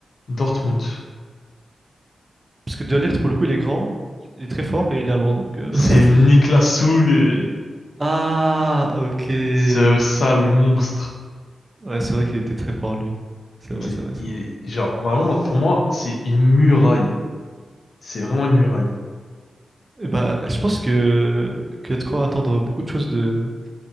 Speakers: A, on the left (about 65°); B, on the right (about 25°).
A: Dortmund.
B: Parce que De Ligt, pour le coup, il est grand, il est très fort et il est allemand, donc... euh,
A: C'est
B: <laughs>
A: Niklas Süle,
B: Ah, ok. Ouais,
A: ce sale monstre.
B: c'est vrai qu'il était très fort, lui. C'est
A: Il,
B: vrai, c'est vrai,
A: il,
B: ça.
A: genre, vraiment, pour moi, c'est une muraille. C'est vraiment une muraille.
B: Et bah, je pense que, que y a de quoi attendre beaucoup de choses de,